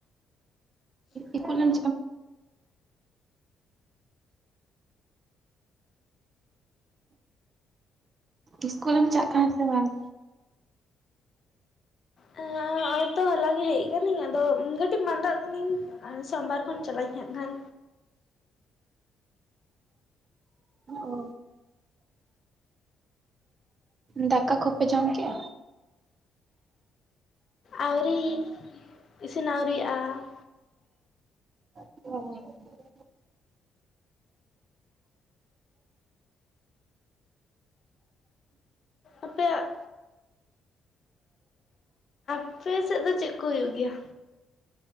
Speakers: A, on the right; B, on the left.
A: ᱤᱥᱠᱩᱞᱮᱢ ᱤᱥᱠᱩᱞᱮᱢ ᱪᱟᱜ ᱠᱟᱱᱟ ᱥᱮ ᱵᱟᱝ?
B: ᱦᱮᱸ ᱦᱚᱸᱜ-ᱚᱭ ᱛᱚ ᱦᱚᱞᱟ ᱜᱮ ᱦᱮᱡ ᱟᱠᱟᱱᱟᱹᱧ ᱟᱫᱚ ᱠᱟᱹᱴᱤᱡ ᱢᱟᱸᱫᱟᱜ ᱠᱟᱹᱱᱟᱹᱧ᱾ ᱟᱨ ᱥᱳᱢᱵᱟᱨ ᱠᱷᱚᱱ ᱪᱟᱞᱟᱜ ᱟᱹᱧ ᱦᱟᱸᱜ ᱠᱷᱟᱱ᱾
A: ᱚ ᱫᱟᱠᱟ ᱠᱚᱯᱮ ᱡᱚᱢ ᱠᱮᱜᱼᱟ?
B: ᱟᱹᱣᱨᱤ᱾ ᱤᱥᱤᱱ ᱟᱹᱣᱨᱤᱣᱟᱜᱼᱟ᱾
A: ᱚ <unintelligible>
B: ᱟᱯᱮᱭᱟᱜ ᱟᱯᱮ ᱥᱮᱫ ᱫᱚ ᱪᱮᱫ ᱠᱚ ᱦᱩᱭᱩᱜ ᱜᱮᱭᱟ?